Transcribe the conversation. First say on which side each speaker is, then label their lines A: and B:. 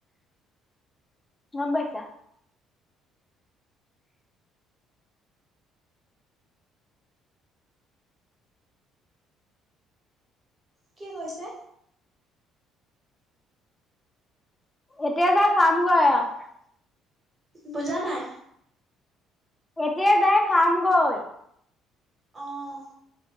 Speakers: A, on the left; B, on the right.
A: গম পাইছা।
B: কি কৈছে
A: এতিয়া যাই খামগৈ আৰু
B: বুজা নাই।
A: এতিয়া যাই খামগৈ।
B: অহঁ